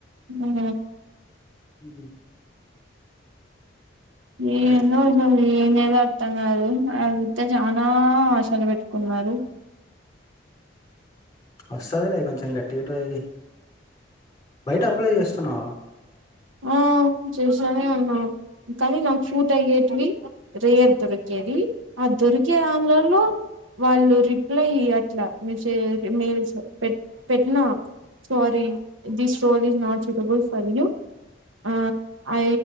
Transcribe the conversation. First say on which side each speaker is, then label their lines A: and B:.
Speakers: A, on the right; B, on the left.
A: హ్మ్
B: హ్మ్.
A: ఏందో
B: అది
A: అయితది <unintelligible> మొత్తం కాదు. అదుత్తే చానా ఆశలు పెట్టుకున్నారు.
B: వస్తదిలే కొంచెం గట్టిగా ట్రై జేయ్. బయట అప్లై చేస్తున్నావా?
A: ఉమ్ చేసానే ఉన్నా. కానీ నాకు షూట్ అయ్యేటివి రేయర్ దొరికేది ఆ దొరికే దానిలలో వాళ్ళు రిప్లై ఇవ్వట్లా మెసేజ్ మెయిల్స్ పెట్ పెట్టినా sorry this role is not suitable for you ఆ